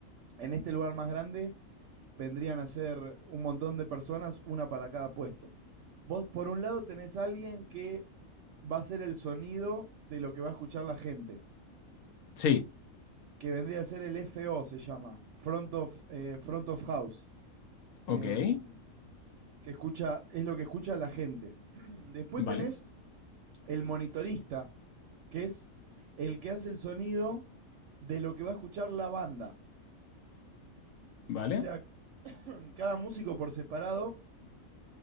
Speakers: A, on the right; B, on the left.
A: en este lugar más grande vendrían a ser un montón de personas, una para cada puesto. Vos, por un lado, tenés a alguien que va a ser el sonido de lo que va a escuchar la gente
B: Sí,
A: que vendría a ser el FO, se llama, Front of, eh, front of House, em,
B: ok,
A: que escucha, es lo que escucha la gente. <clears throat> Después
B: vale,
A: tenés el monitorista, que es el que hace el sonido de lo que va a escuchar la banda.
B: vale.
A: O sea, <clears throat> cada músico por separado